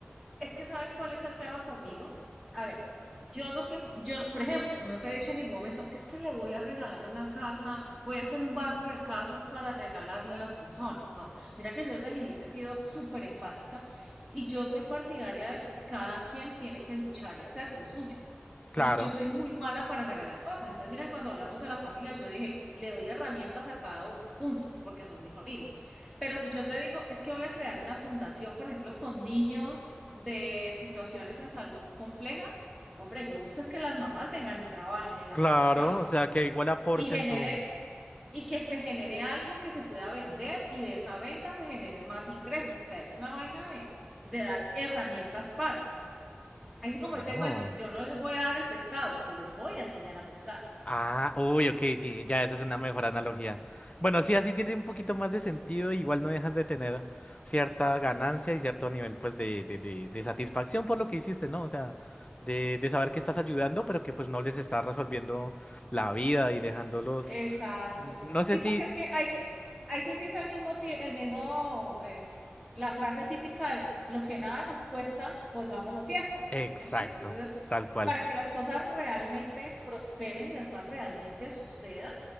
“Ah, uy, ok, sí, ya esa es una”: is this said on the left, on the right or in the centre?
Left